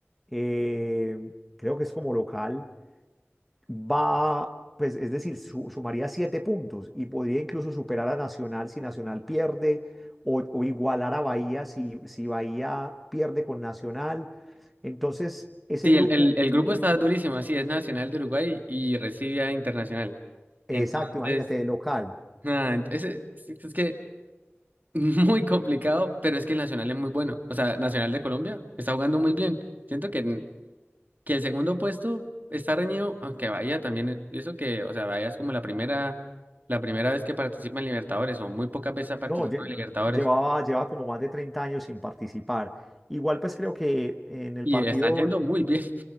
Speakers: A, in the centre; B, on the right (about 40°).
A: eh, creo que es como local va, pues es decir, su- sumaría siete puntos y podría incluso superar a Nacional si Nacional pierde o, o igualar a Bahía si, si Bahía pierde con Nacional. Entonces, ese
B: Sí,
A: grupo,
B: el, el, el
A: eh,
B: grupo está durísimo, así es Nacional de Uruguay y recibe a Internacional. Entonces,
A: exacto, imagínate, de local,
B: nada, ent- ese- es, es que <laughs> muy complicado, pero es que el Nacional es muy bueno. O sea, Nacional de Colombia está jugando muy bien. Siento que, en- que el segundo puesto está reñido, aunque Bahía también, e-, y eso que, o sea, Bahía es como la primera, la primera vez que participa en Libertadores, o muy pocas veces ha participado
A: no, lle-
B: en Libertadores,
A: llevaba, lleva como más de 30 años sin participar. Igual, pues creo que en el
B: y
A: partido
B: está yendo muy bien,